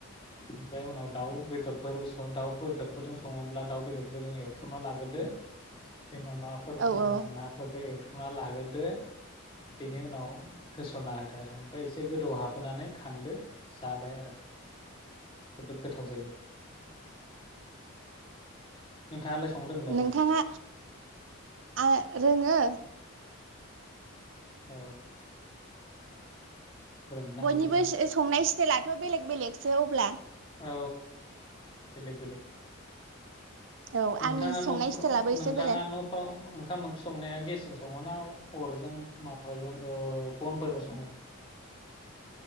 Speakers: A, on the left; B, on the right.
A: ओमफ्राय उनाव दाउ बेदर फोर दाउ बेदरफोरजों सङोब्ला दाउ बेदरखौ जों एवथ्रुमना लाग्रोदो जोंना नाफोर
B: औ
A: जेनबा
B: औ
A: नाफोर एल थुमना लाग्रोदो बेनि उनाव होसनना होदो आरो ओमफ्राय एसे गोदौ हाबोनानै खांदो जाबाय आरो जोबोद गोथाव जायो। नोंथाङालाय संनो रोंगोन ना
B: नोंथाङा
A: रोङा
B: आं रोङो।
A: औ। रोङोना
B: बयनिबो
A: बिदिब्ला
B: संनाय स्टाइलाथ' बेलेग बेलेगसो अब्ला
A: औ बेलेग बेलेग
B: औ
A: नोंथाङा
B: आंनि संनाय
A: नफ्राव
B: स्टाइलाबो एसे
A: नोंथाङा
B: बेलेग
A: नफ्राव ओंखाम ओंख्रि संनाया गेसजों सं ङो ना अरजों मा बाजों ओ बनफोरजों सङो?